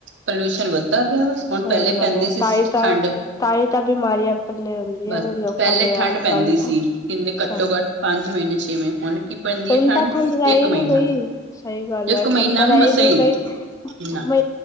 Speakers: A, on the right; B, on the left.
A: ਪਲਊਸ਼ਨ ਵਧ ਪਤਾ ਪਿਆ ਬਸ ਹੁਣ
B: ਸਹੀ
A: ਪਹਿਲੇ
B: ਗੱਲ
A: ਪੈਂਦੀ
B: ਹੈ
A: ਸੀ
B: ਤਾਂ ਹੀ ਤਾਂ
A: ਠੰਡ
B: ਤਾਂ ਹੀ ਤਾਂ ਬਿਮਾਰੀਆਂ ਪੱਲੇ ਹੁੰਦੀਆਂ
A: ਬਸ
B: ਨੇ ਲੋਕਾਂ
A: ਪਹਿਲੇ
B: ਦੇ
A: ਠੰਢ
B: ਅੱਜ
A: ਪੈਂਦੀ
B: ਕੱਲ
A: ਸੀ, ਕਿੰਨੇ
B: ਸਹੀ
A: ਘੱਟੋ ਘੱਟ ਪੰਜ ਮਹੀਨੇ ਛੇ ਮਹੀੇ ਹੁਣ ਕੀ ਪੈਂਦੀ
B: ਹੁਣ
A: ਹੈ
B: ਤਾਂ ਠੰਡ ਰਹ
A: ਇੱਕ
B: ਹੀ
A: ਮਹੀਨਾ
B: ਨਹੀਂ ਗਈ, ਸਹੀ ਗੱਲ
A: ਇੱਕ
B: ਏ
A: ਮਹੀਨਾ
B: ਠੰਡ ਤਾਂ
A: ਵੀ
B: ਰਹ
A: ਮਸਾਂ
B: ਹੀ ਨਹੀਂ ਗਈ।
A: ਨਾ
B: ਮ